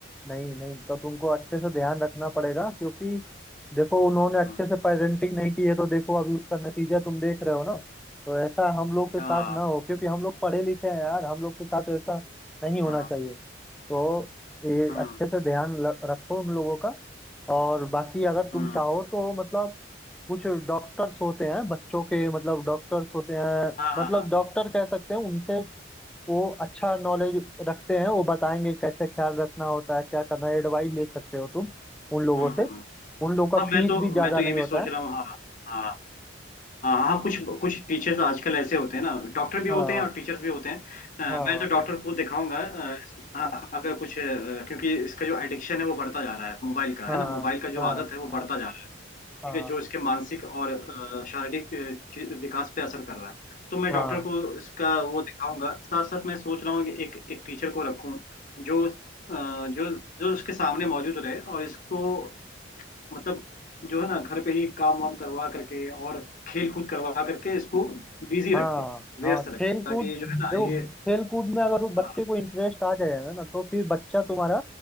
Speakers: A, in the centre; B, on the left.
A: नहीं नहीं तो तुमको अच्छे से ध्यान रखना पड़ेगा क्योंकि देखो उन्होंने अच्छे
B: हम्म,
A: से पेरेंटिंग नहीं की है तो देखो अभी उसका नतीजा तुम देख रहे हो ना तो ऐसा हम लोग के
B: हाँ
A: साथ ना हो क्योंकि हम लोग पढ़े लिखे हैं यार हम लोग के साथ ऐसा नहीं होना
B: हाँ
A: चाहिए तो ये
B: हम्म,
A: अच्छे से ध्यान ल- रखो उन लोगों का और बाकी अगर तुम
B: हम्म,
A: चाहो तो मतलब कुछ डॉक्टर्स होते हैं बच्चों के मतलब डॉक्टर्स होते हैं
B: हाँ हाँ
A: मतलब
B: हाँ
A: डॉक्टर कह सकते हैं उनसे वो अच्छा नॉलेज रखते हैं वो बताएंगे कैसे ख्याल रखना होता है क्या करना है एडवाइस ले सकते हो तुम उन लोगों
B: हम्म,
A: से
B: हम्म।
A: उन लोगों
B: हाँ,
A: का फीस
B: मैं तो
A: भी ज्यादा
B: मैं तो
A: नहीं
B: ये भी
A: होता
B: सोच
A: है
B: रहा हूँ हाँ हाँ हाँ हाँ कुछ कुछ टीचर्स आजकल ऐसे होते हैं ना डॉक्टर भी
A: हाँ
B: होते हैं और टीचर्स भी होते हैं अ,
A: हाँ
B: मैं तो डॉक्टर को दिखाऊंगा अ, हाँ, अगर कुछ अ, क्योंकि इसका जो एडिक्शन है वो बढ़ता जा रहा है मोबाइल का
A: हाँ
B: है ना मोबाइल का जो
A: हाँ
B: आदत है वो
A: हाँ
B: बढ़ता जा रहा है
A: हाँ
B: ठीक है जो इसके मानसिक और अ, शारीरिक अ, चीज- विकास पे असर कर रहा है तो मैं
A: हाँ
B: डॉक्टर को इसका वो दिखाऊंगा साथ साथ मैं सोच रहा हूँ कि एक एक टीचर को रखूँ जो अ, जो जो उसके सामने मौजूद रहे और इसको मतलब जो है ना घर पे ही काम वाम करवा करके और खेल कूद करवा करके इसको बिजी
A: हाँ
B: रखे व्यस्त
A: हाँ खेल
B: रखे ताकि
A: कूद
B: जो है ना
A: देखो
B: ये
A: खेल कूद में अगर वो बच्चे
B: हाँ
A: को इंटरेस्ट आ जाएगा ना तो फिर बच्चा तुम्हारा